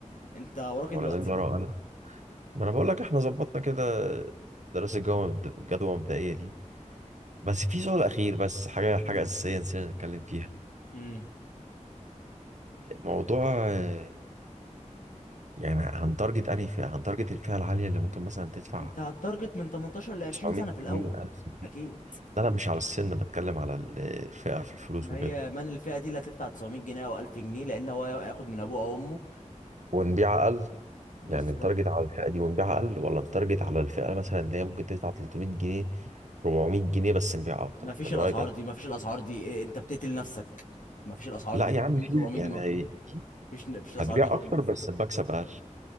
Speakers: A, on the left; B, on the right.
A: انت وراك
B: ولا
A: إيه دلوقتي
B: لازم ورقه وقلم ما انا بقول لك احنا ظبطنا كده دراسه الجو مبد- الجدوى المبدئيه دي بس في سؤال اخير بس حاجه
A: امم
B: حاجه اساسيه نسينا نتكلم فيها
A: امم
B: موضوع آه، يعني هنتارجت انهي فئه هنتارجت الفئه العاليه اللي ممكن مثلا تدفع
A: انت هتارجت من 18 ل 20
B: 900
A: سنه في الاول
B: جنيه 1000 جنيه
A: اكيد
B: لا لا مش على السن بتكلم على ال- الفئه في الفلوس
A: ما
B: وكده
A: هي مان الفئه دي اللي هتدفع 900 جنيه او 1000 جنيه لان هو هياخد من ابوه او امه
B: ونبيع اقل
A: بالظبط
B: يعني التارجت على الفئة دي ونبيعها أقل ولا التارجت على الفئة مثلا اللي هي ممكن تدفع 300 جنيه 400 جنيه بس نبيع أكتر
A: ما فيش
B: من
A: الاسعار
B: رأيك أنا
A: دي ما فيش الاسعار دي إيه، انت بتقتل نفسك ما فيش الاسعار
B: لا
A: دي
B: يا
A: 300
B: عم في
A: 400
B: يعني
A: جنيه ما
B: هي- في-
A: فيش ما فيش الاسعار
B: هتبيع
A: دي خالص
B: أكتر بس المكسب أقل